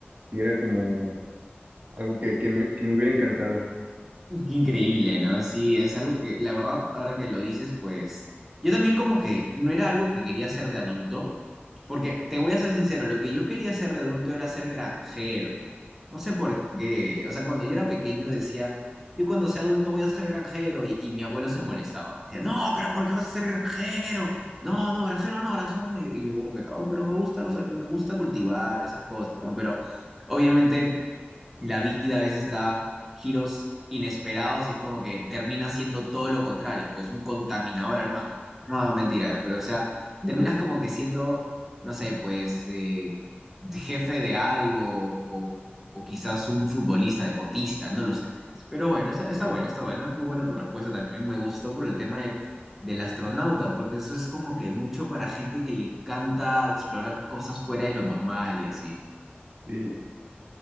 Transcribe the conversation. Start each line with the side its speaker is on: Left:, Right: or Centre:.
Right: y era como algo que, que me, que me hubiera encantado.
Centre: Qué increíble, ¿no? Sí, es algo que, la verdad, ahora que lo dices, pues yo también como que no era algo que quería ser de adulto, Porque te voy a ser sincero, lo que yo quería ser de adulto era ser granjero. No sé por qué. O sea, cuando yo era pequeño decía, yo cuando sea adulto voy a ser granjero y, y mi abuelo se molestaba. Me decía, no, pero ¿por qué vas a ser granjero? No, no, granjero no, granjero no. Y, y yo como que, oh, pero me gusta los, me gusta cultivar esas cosas, ¿no? Pero obviamente la vida a veces da giros inesperados y es como que termina siendo todo lo contrario, pues un contaminador al mango, ¿no? No, mentira, pero o sea,
Right: <laughs>
Centre: terminas como que siendo, no sé, pues eh, jefe de algo o, o quizás un futbolista, deportista, no lo sé, ¿entiendes? Pero bueno, está, está buena, está buena, muy buena tu respuesta también, me gustó por el tema de, del astronauta, porque eso es como que mucho para gente que le encanta explorar cosas fuera de lo normal y así.
Right: Sí,